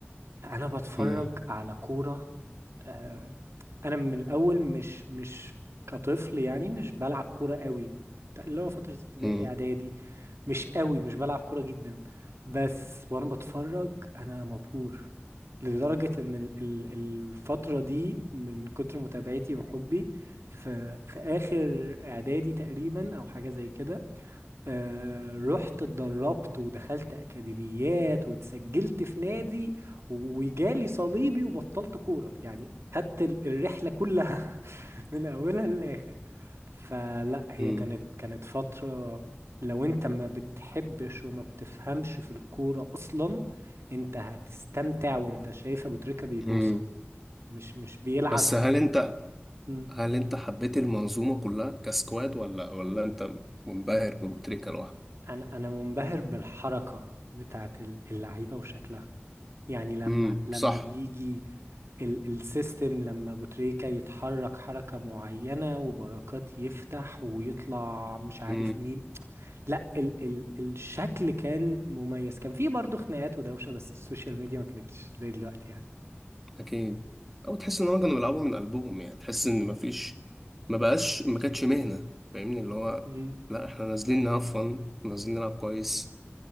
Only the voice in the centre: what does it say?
مم.
مم.
مم.
مم.
بس هل انت
هل انت حبيت المنظومة كلها كسكواد ولا ولا انت منبهر بابو تريكة لوحده
امم
صح
صح.
اكيد او تحس ان هم كانوا بيلعبوا من قلبهم يعني تحس ان مفيش ما بقاش ما كانتش مهنه فاهمني اللي هو
لا احنا نازلين نهفن نازلين نلعب كويس